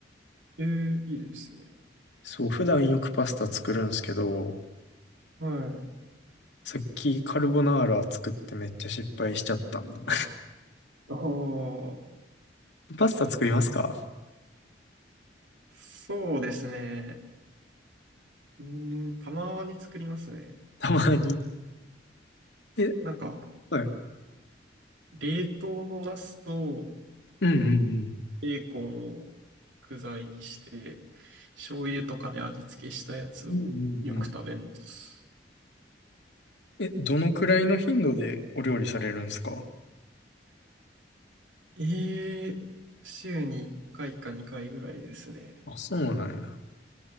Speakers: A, on the right; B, on the left.
A: えー、いいですね。
B: そう、普段よくパスタ作るんですけど、
A: はい。
B: さっきカルボナーラ作ってめっちゃ失敗しちゃった。<laughs>
A: ああ、
B: パスタ作りますか
A: そうですね。うーん、たまに作りますね。
B: たまに。え、
A: なんか、
B: はい。
A: 冷凍のナスと
B: うんうんうん。
A: ベーコンを具材にして、醤油とかで味付けしたやつをよく食べます。
B: うんうんうん。え、どのくらいの頻度でお料理されるんですか
A: ええ週に1回か2回ぐらいですね。
B: あ、そうなんや。